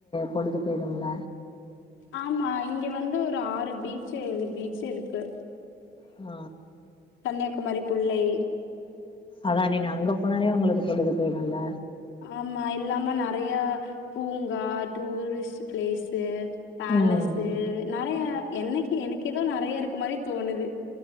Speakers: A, on the left; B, on the left.
A: பொழுது போயிடுல
B: ஆமா இங்க வந்து ஒரு ஆறு பீச்சு இது பீச்சு இருக்கு
A: ஆ
B: கன்னியாகுமரிகுள்ளயே
A: அதா நீங்க அங்க போனாலே உங்களுக்கு பொழுது போயிடுல
B: ஆமா இல்லாம நறைய பூங்கா ட்டுரிஸ்ட் பிளேசு பேலஸ்சு
A: ம்
B: நறைய என்னக்கி எனக் ஏதோ நெறைய இருக்க மாரி தோணுது